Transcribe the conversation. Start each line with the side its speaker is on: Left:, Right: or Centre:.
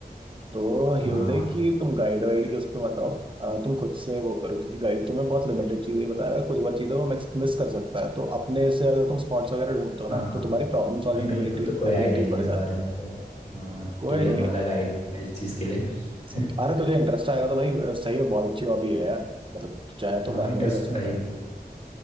Right: तो ही
Left: हाँ
Right: वाज लाइक कि तुम गाइड वाइड के उस पर मत रहो अ, तुम खुद से वो करो क्योंकि गाइड तुम्हें बहुत लिमिटेड चीजें बताएगा कुछ बहुत चीजें वो मिस कर सकता है तो अपने से अगर तुम स्पॉट्स वगैरह ढूंढते हो ना
Left: हाँ
Right: तो तुम्हारी प्रॉब्लम सॉल्विंग
Left: मैं- मेरे
Right: एबिलिटी
Left: को तो कोई
Right: एबिलिटीज
Left: आइडिया नहीं
Right: बढ़
Left: है इस
Right: जाती
Left: बारे
Right: है।
Left: में तो हाँ
Right: कोई
Left: तू ही हमारा
Right: नहीं
Left: गाइड रहेगा इस चीज़ के लिए <laughs>
Right: सही अरे तुझे इंटरेस्ट आएगा तो भाई अ, सही में बहुत अच्छी हॉबी है यार मतलब तू चाहे तो
Left: हाँ
Right: बाद
Left: इंटरेस्ट
Right: में भी कर सकता
Left: तो है ही मेरे
Right: है
Left: को